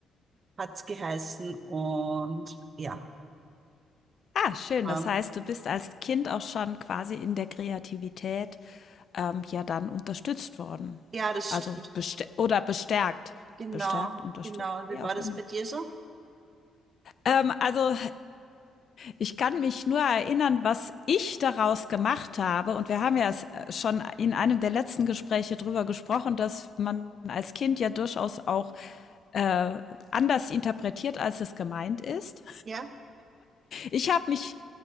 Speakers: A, on the right; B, on the left.
A: hat es geheißen und ja,
B: Ah, schön.
A: ähm,
B: Das heißt, du bist als Kind auch schon quasi in der Kreativität, ähm, ja dann unterstützt worden.
A: ja, das
B: Also
A: stimmt.
B: bestär oder bestärkt.
A: Genau,
B: Bestärkt, unterstützt,
A: genau. Und
B: wie
A: wie
B: auch
A: war das
B: immer.
A: bei dir so?
B: Ähm, also ich kann mich nur erinnern, was ich daraus gemacht habe. Und wir haben ja s- äh, schon in einem der letzten Gespräche drüber gesprochen, dass man als Kind ja durchaus auch äh, anders interpretiert, als es gemeint ist.
A: Ja,
B: Ich habe mich